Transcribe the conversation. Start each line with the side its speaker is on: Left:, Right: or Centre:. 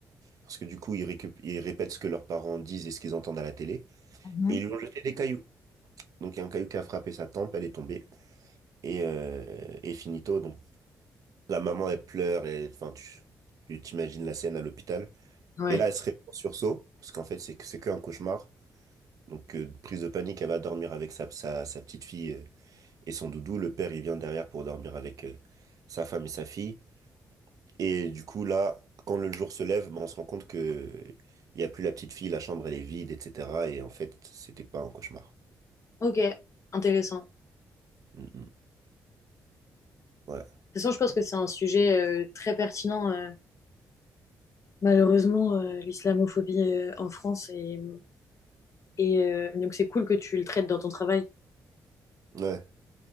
Right: parce que du coup, ils récup- ils répètent ce que leurs parents disent et ce qu'ils entendent à la télé.
Left: mhm.
Right: Et ils lui ont jeté des cailloux. Donc il y a un caillou qui a frappé sa tempe, elle est tombée. Et, euh, et finito, donc la maman, elle pleure, et enfin, tu tu t'imagines la scène à l'hôpital.
Left: Ouais.
Right: Et là, elle se réveille en sursaut, parce qu'en fait, c'est que- c'est qu'un cauchemar. Donc, euh, prise de panique, elle va dormir avec sa, sa, sa petite fille euh, et son doudou. Le père, il vient derrière pour dormir avec euh, sa femme et sa fille. Et du coup, là, quand le jour se lève, ben on se rend compte que il n'y a plus la petite fille, la chambre, elle est vide, etc. Et en fait, c'était pas un cauchmar.
Left: Ok, intéressant.
Right: Mm, mm. Ouais.
Left: De toute façon, je pense que c'est un sujet euh, très pertinent. euh, malheureusement, euh, l'islamophobie euh, en France. Et, et euh, donc, c'est cool que tu le traites dans ton travail.
Right: Ouais. Ouais,